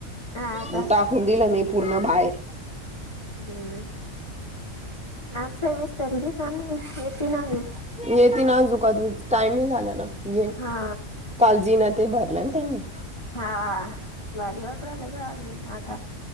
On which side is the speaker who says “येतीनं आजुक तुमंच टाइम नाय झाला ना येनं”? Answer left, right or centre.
Centre